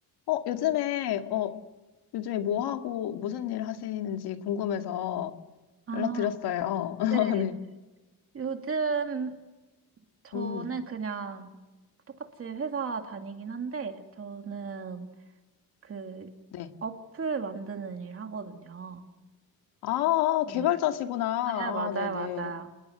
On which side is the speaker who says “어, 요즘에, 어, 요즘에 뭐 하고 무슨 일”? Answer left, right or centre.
Left